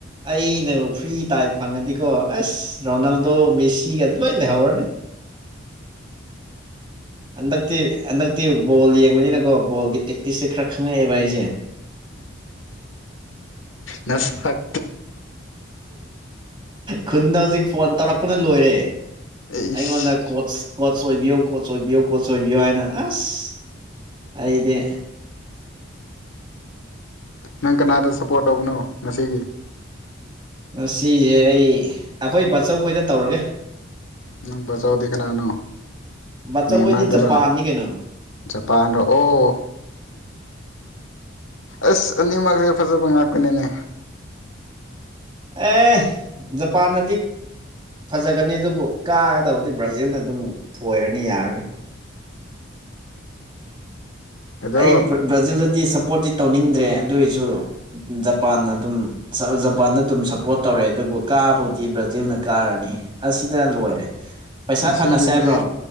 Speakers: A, on the right (about 25°); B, on the left (about 80°).
A: ꯑꯩꯅ ꯐ꯭ꯔꯤ ꯇꯥꯏꯝ ꯐꯪꯉꯗꯤꯀꯣ ꯑꯁ ꯔꯣꯅꯥꯜꯗꯣ ꯃꯦꯁꯤꯒꯒꯥꯗ ꯂꯣꯏ ꯂꯩꯍꯧꯔꯅꯦ ꯑꯦ ꯛꯇꯤ ꯕꯣꯜ ꯌꯦꯡꯕꯅꯤꯅꯀꯣ ꯕꯣꯒꯤ ꯄ꯭ꯔꯦꯛꯇꯤꯁꯁꯦ ꯈꯔ ꯈꯪꯉꯛꯑꯦꯕ ꯑꯩꯁꯦ
B: ꯅꯁꯛ
A: ꯈꯨꯟꯗ ꯍꯧꯖꯤꯛ ꯐꯣꯟ ꯇꯧꯔꯛꯄꯅ ꯂꯣꯏꯔꯦ
B: ꯏꯁ
A: ꯑꯩꯉꯣꯟꯗ ꯀꯣꯆ ꯀꯣꯆ ꯑꯣꯏꯕꯤꯌꯨ ꯀꯣꯆ ꯑꯣꯏꯕꯤꯌꯨ ꯀꯣꯆ ꯑꯣꯏꯕꯤꯌꯣ ꯍꯥꯏꯅ ꯑꯁ ꯑꯩꯗꯦ
B: ꯅꯪ ꯀꯅꯥꯗ ꯁꯞꯄꯣꯔꯠ ꯇꯧꯕꯅꯣ ꯉꯁꯤꯒꯤ
A: ꯉꯁꯤꯁꯦ ꯑꯩ ꯑꯩꯈꯣꯏ ꯕꯥꯆꯧ ꯈꯣꯏꯗ ꯇꯧꯔꯒꯦ
B: ꯅꯪ ꯁꯥꯎꯗ ꯀꯅꯥꯅꯣ
A: ꯕꯥꯆꯧꯈꯣꯏꯗꯤ
B: ꯅꯦꯃꯗꯨꯔꯣ
A: ꯖꯄꯥꯟꯅꯤ ꯀꯩꯅꯣ
B: ꯖꯄꯥꯟꯔꯣ ꯑꯣ ꯑꯁ ꯑꯅꯤꯃꯛꯁꯦ ꯐꯖꯕ ꯉꯥꯛꯇꯥꯅꯤꯅꯦ
A: ꯑꯦ ꯖꯄꯥꯟꯅꯗꯤ ꯐꯖꯒꯅꯤ ꯑꯗꯨꯕꯨ ꯀꯥꯒꯗꯕꯨꯗꯤ ꯕ꯭ꯔꯥꯖꯤꯜꯅ ꯑꯗꯨꯝ ꯊꯣꯏꯔꯅꯤ ꯌꯥꯔꯔꯣꯏ
B: ꯑꯗꯣ
A: ꯑꯩ ꯕ꯭ꯔꯥꯖꯤꯜꯗꯗꯤ ꯁꯞꯄꯣꯔꯠ ꯇꯧꯅꯤꯡꯗ꯭ꯔꯦ ꯑꯗꯨꯑꯣꯏꯁꯨ ꯖꯄꯥꯟꯅ ꯑꯗꯨꯝ ꯖꯄꯥꯟꯗ ꯑꯗꯨꯝ ꯁꯞꯄꯣꯔꯠ ꯇꯧꯔꯦ ꯑꯗꯨꯕꯨ ꯀꯥꯕꯨꯗꯤ ꯕ꯭ꯔꯥꯖꯤꯜꯅ ꯀꯥꯔꯅꯤ ꯑꯁꯤꯅꯗ ꯂꯣꯏꯔꯦ ꯄꯩꯁꯥ
B: ꯉꯁꯤꯒꯤꯗꯤ
A: ꯊꯥꯅꯁꯦ ꯍꯥꯏꯕ꯭ꯔꯣ